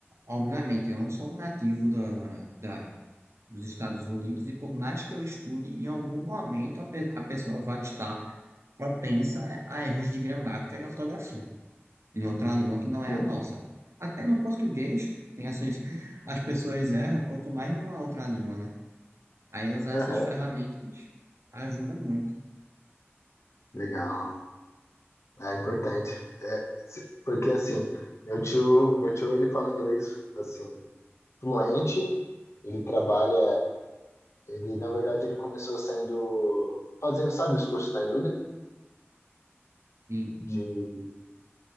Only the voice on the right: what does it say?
obviamente, eu não sou um nativo da, da, dos Estados Unidos e por mais que eu estude, em algum momento a, pe- a pessoa vai estar propensa a erros de gramática e ortografia. em outra língua que não
é a nossa. Até no português, tem essas, as pessoas erram, quanto mais numa outra língua, né? Aí usar
essas ferramentas ajuda muito.
Sim,